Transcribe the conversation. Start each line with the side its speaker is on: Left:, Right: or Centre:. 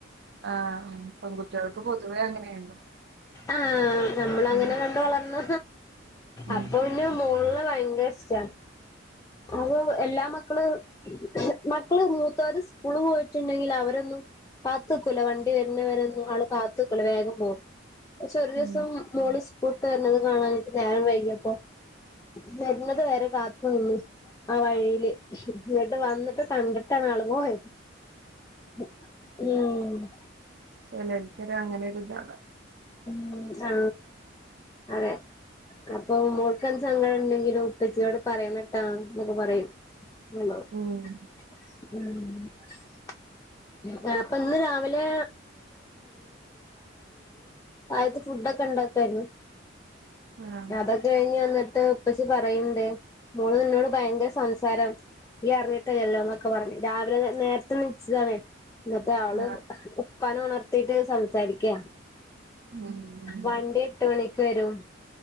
Right: ആ പെൺകുട്ടികൾക്ക് പൊതുവേ അങ്ങനെയാണല്ലോ.
Left: ആഹ് നമ്മളങ്ങനെ
Right: ഉം
Left: കണ്ട് വളർന്ന
Right: ഉം
Left: അപ്പൊ പിന്നെ മോൾ ഇക് ഭയങ്കര ഇസ്ട അത് എല്ലാ മക്കള് മക്കള് മൂത്തോര് സ്കൂള് പോയിട്ടുണ്ടെങ്കിൽ അവരൊന്നും കാത്ത്ക്കൂല വണ്ടി വരുന്നവരെന്നും ആള് കാത്ത്ക്കല വേഗം പോകും. പക്ഷെ ഒരു ദിവസം
Right: ഉം
Left: മോൾ സ് കൊട്ടുവരുന്നത് കാണാഞ്ഞിട്ട് നേരം വൈകിയപ്പോ വരുന്നത് വരെ കാത്തു നിന്ന്. ആ വഴിയില് ഇങ്ങട്ട് വന്നിട്ട് കണ്ടിട്ടാണ് ആള് പോയത്. <unintelligible>
Right: ചെലോൽക്കങ്ങനൊരുതാ
Left: മ് ആ അതെ അപ്പൊ മോൾക്കെന്ത് സങ്കടണ്ടെങ്കിലും ഉപ്പച്ചിയോട് പറയണട്ടോ ന്നൊക്കെ പറയും. <unintelligible>
Right: ഉം
Left: <unintelligible> ഇന്ന് രാവിലെ അകത്ത് ഫുഡൊക്കെണ്ടാക്കായിരുന്നു
Right: ആഹ്
Left: അതൊക്കെ ട്ട് ഉപ്പച്ചി പറയണ്ട് മോള് എന്നോട് ഭയങ്കര സംസാരം നീയറിഞ്ഞിട്ടല്ലല്ലോന്നൊക്കെ പറഞ്ഞു രാവിലെ നേരത്തെണ്ണീച്ചതാണേ. മറ്റേ ആള്
Right: ആഹ്
Left: ഉപ്പാനെ ഉണർത്തീട്ട് സംസാരിക്ക.
Right: ഉം ഉം
Left: വണ്ടി എട്ട് മണിക്ക് വരും.